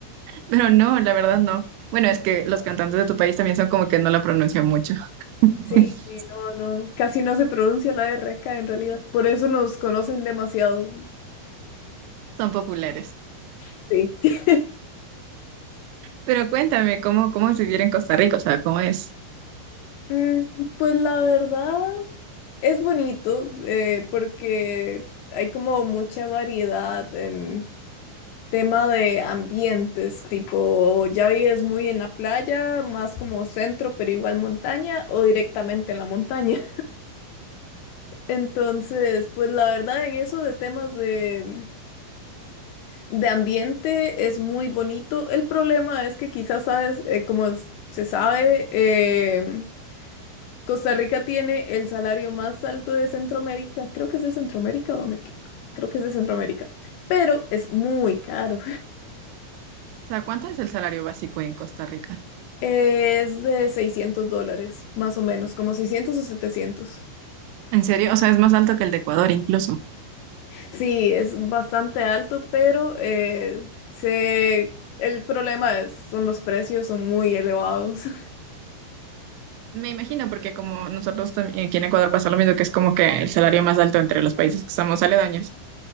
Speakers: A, on the right; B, on the left.
A: pero no, la verdad no. Bueno, es que los cantantes de tu país también son como que no la pronuncian mucho, <laughs>
B: Sí, sí, no, no, casi no se pronuncia la R acá en realidad. Por eso nos conocen demasiado.
A: son populares.
B: Sí. <laughs>
A: Pero cuéntame, ¿cómo, cómo es vivir en Costa Rica? O sea, ¿cómo es?
B: Mm, Pues la verdad es bonito eh, porque hay como mucha variedad en Tema de ambientes, tipo, ¿ya vives muy en la playa, más como centro, pero igual montaña, o directamente en la montaña? <laughs> Entonces, pues la verdad, en eso de temas de, de ambiente es muy bonito. El problema es que quizás sabes, eh, como s- se sabe, em, Costa Rica tiene el salario más alto de Centroamérica. Creo que es de Centroamérica o me... equi- Creo que es de Centroamérica, pero es muy caro.
A: O sea, ¿cuánto es el salario básico en Costa Rica?
B: Es de 600 dólares, más o menos, como 600 o setecientos
A: ¿En serio? O sea, es más alto que el de Ecuador incluso.
B: Sí, es bastante alto, pero eh, se... el problema es, son los precios, son muy elevados. <laughs>
A: Me imagino, porque como nosotros también aquí en Ecuador pasa lo mismo, que es como que el salario más alto entre los países que estamos aledaños